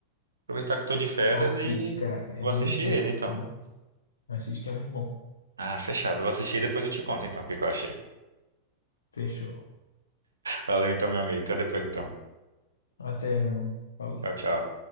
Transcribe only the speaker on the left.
Assiste,
cara. É
muito
bom.
É muito... Assiste que é muito bom.
Fechou.
Até, meu irmão. Falou.